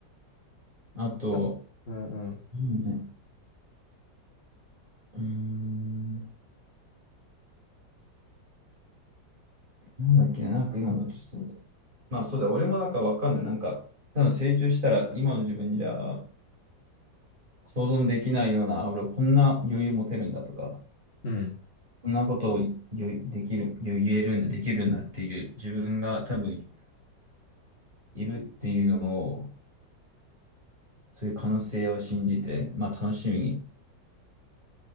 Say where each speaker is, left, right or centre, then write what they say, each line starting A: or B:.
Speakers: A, on the right; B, on the left.
A: あと、
B: あうんうん。
A: いいね。うーん、なんだっけな、なんか今のとしてまあそうだ、俺もなんかわかんない。なんか、多分成長したら今の自分じゃ想像できないような、俺こんな余裕持てるんだとか、
B: うん
A: こんなことをよできる、言えるんだ、できるんだっていう自分が多分いるっていうのを、そういう可能性を信じて、まあ楽しみに